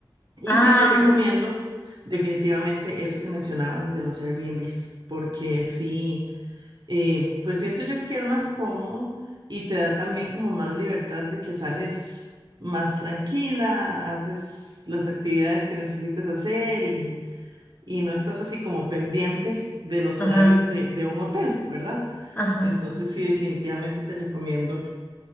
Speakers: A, on the right; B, on the left.
A: Y
B: Ah,
A: sí te recomiendo definitivamente eso que mencionabas de los Airbnbs, porque sí eh, pues siento yo que es más cómodo y te da también como más libertad de que sales más tranquila, haces las actividades que necesites hacer y, y no estás así como pendiente de los
B: ajá,
A: horarios de, de un hotel, ¿verdad?
B: ajá.
A: Entonces sí, definitivamente te recomiendo